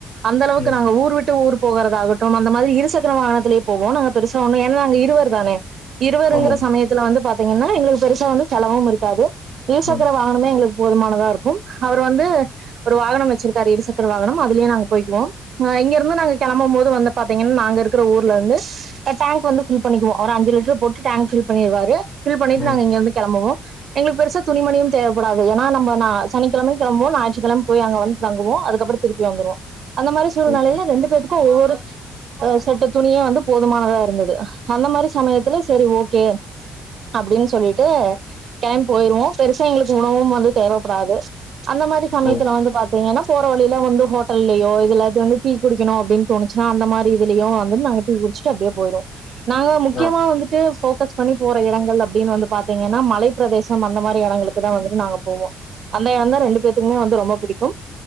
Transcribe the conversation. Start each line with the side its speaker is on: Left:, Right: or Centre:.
Right: அந்த அளவுக்கு
Left: ம்
Right: நாங்க ஊர் விட்டு ஊர் போகறதாகட்டு அந்த மாறி இருசக்கர வாகனத்திலயே போவோ நாங்க பெருசா ஒண்ணு ஏன்னா நாங்க இருவர் தானே இருவருங்கிற
Left: ஆமா
Right: சமயத்துல வந்து பாத்தீங்கன்னா எங்களுக்கு பெருசா ஒண்ணும் செலவு இருக்காது இருசக்கர
Left: ம்
Right: வாகனமே எங்களுக்கு போதுமானதா இருக்கும் அவரு வந்து ஒரு வாகனம் வச்சிருக்காரு இரு சக்கர வாகனம் அதுலயே நாங்க போய்குவோ ம் இங்க இருந்து நாங்க கெளம்பும் போது வந்து பாத்தீங்கன்னா நாங்க இருக்கிற ஊர்ல இருந்து டேங் வந்து ஃபில் பண்ணிக்குவோ அவரு அஞ்சு லிட்ரு போட்டு டேங் ஃபில் பண்ணிருவாரு ஃபில் பண்ணிட்டு
Left: ம்
Right: நாங்க இருந்து கெளம்புவோ எங்களுக்கு பெருசா துணிமணியு தேவைபடாது ஏன்னா நம்போ நா சனிக்கிழமையு கெளம்புவோ ஞாயிற்றுக்கிழமை போய் அங்க வந்து தங்குவோ அதுக்கப்றோ திருப்பி வந்துருவோ அந்த மாறி சூழ்நிலையில
Left: ஓகே
Right: ரெண்டு பேத்துக்கு ஒவ்வொரு செட்டு துணியே வந்து போதுமானதா இருந்தது அந்த மாறி சமயத்துல சரி ஓகே அப்டின்னு சொல்லிட்டு கெளம்பி போய்ருவோ பெருசா எங்களுக்கு உணவும் வந்து தேவப்படாது அந்த மாறி சமயத்துல
Left: ஓ
Right: வந்து பாத்தீங்கன்னா போற வழியில வந்து ஹோட்டல்லயோ இல்ல வந்து டீ குடிக்கணு அப்டின்னு தோணுச்சுன்னா அந்த மாறி‌ இதுலயு வந்து நாங்க டீ குடிச்சுட்டு அப்டியே போய்ருவோ நாங்க முக்கியமா
Left: ஆ
Right: வந்துட்டு போக்கஸ் பண்ணி போற இடங்கள் அப்டின்னு வந்து பாத் தீங்கன்னா மலைப்பிரதேசம் அந்த மாறி இடங்களுக்கு தா வந்துட்டு நாங்க போவோ அந்த எடந்தா ரெண்டு பேத்துக்குமே வந்து ரொம்ப புடிக்கும்